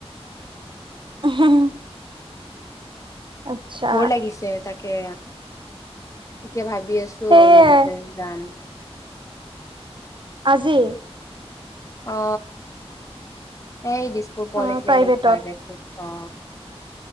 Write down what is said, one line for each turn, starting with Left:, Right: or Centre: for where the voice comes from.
Right: <unintelligible> আচ্ছা
Left: বৰ লাগিছে তাকে, এতিয়া ভাবি ভাবি আছো
Right: সেয়ে
Left: মেডিকেল যাম।
Right: আজি?
Left: অ এই দিছপুৰ
Right: অ
Left: পলিক্লিনিক
Right: প্ৰাইভেটত
Left: প্ৰাইভেটটো। অ।